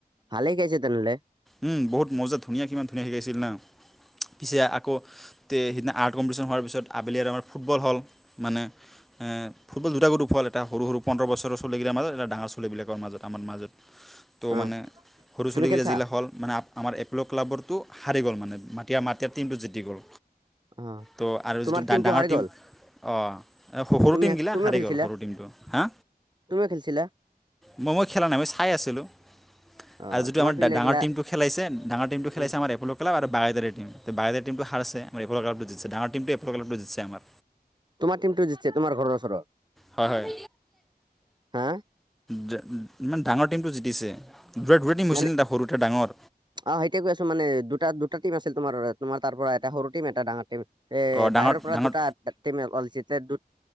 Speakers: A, on the right; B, in the centre.
A: ভালে গেছে তেনেহ'লে।
B: উম‌ বহুত মজাত ধুনীয়া কিমান ধুনীয়া শিকাইছিল না। পিছে আকৌ তে' সেইদিনা আৰ্ট কম্পিটিশন হোৱাৰ পিছত আবেলি আৰু আমাৰ ফুটবল হল। মানে এই ফুটবল দুটা গৈলদ খোৱালে এটা সৰু -সৰু পোন্ধৰ বছৰ চলিকেইটা মাজত এটা ডাঙৰ ছোৱালী বিলাকৰ মাজত আমাৰ মাজত। তো
A: অ
B: মানে, সৰু
A: তুমি
B: চলিকেইটা
A: খেলছা
B: যিখিলা হ'ল মানে আমাৰ একলগ ক্লাবৰটো সাৰি গ'ল মানে মা তেতিয়া মাটেৰ টিমটো জিতি গ'ল।
A: অ
B: ত' আৰু
A: তোমাৰ
B: যিটো ডা,
A: টিমটো
B: ডা ডাঙৰ
A: হাৰি
B: টিম
A: গ'ল
B: অ', এ সৰ- সৰু
A: তুমি
B: টিম গিলা
A: তুমিও
B: হাৰি
A: খেলিছিলা
B: গ'ল, সৰু টিমটো। হা
A: তুমিও খেলিছিলা?
B: মই- মই খেলা নাই, চাই আছিলোঁ।
A: অ
B: আৰু যিটো
A: তোমাৰ
B: আমাৰ ডা,
A: প্লেয়াৰ
B: ডা ডাঙৰ
A: গিলা
B: টিমটো খেলাইছে। ডাঙৰ টিমটো খেলাইছে
A: উম,
B: আমাৰ এপোলো কাব আৰু বাগোৰ ম বাগোৰ টো হাৰছেমকল ক্টো জছে ডাঙৰ টিমটোৱ এ প্ৰকলাপটো দিছে আমাৰ।
A: তোমাৰ টিমটো জিতছে তোমাৰ ঘৰৰ ওচৰৰ
B: হয়, হয়।
A: হা
B: যে উ ইমান ডাঙৰ টিমটো জিতিছে। দুৰে, দুৰে টিম হৈছিল
A: মানে
B: নে তা সৰুতে ডাঙৰ।
A: অ', সেইয় কৈ আছো মানে। দুটা দুটা টিম আছিল তোমাৰ, তোমাৰ তাৰ পৰা এটা সৰুটম এটা ডাঙৰ টিম। এ
B: অঁ ডাঙৰ
A: বাহিৰৰ পৰা
B: ডাঙৰ
A: দুটা টিম অকল, দু